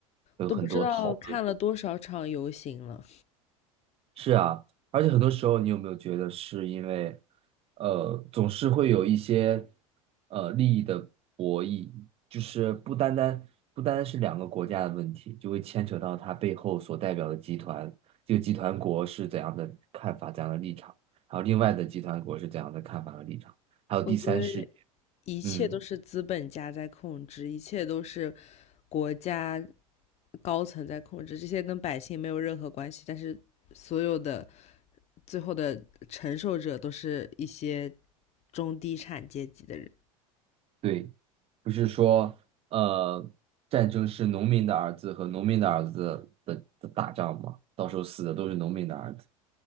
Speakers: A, on the right; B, on the left.
A: 有很多讨论。
B: 都不知道看了多少场游行了。
A: 是啊，而且很多时候，你有没有觉得是因为，呃，总是会有一些呃利益的博弈，就是不单单不单单是两个国家的问题，就会牵扯到它背后所代表的集团，这个集团国是怎样的看法、怎样的立场，还有另外的集团国是怎样的看法和立场，还有第三世界，
B: 我觉得一切都是资本家在控制，
A: 嗯，
B: 一切都是国家高层在控制，这些跟百姓没有任何关系。但是所有的最后的承受者都是一些中低产阶级的人。
A: 对。不是说，呃，战争是农民的儿子和农民的儿子的的打仗吗？到时候死的都是农民的儿子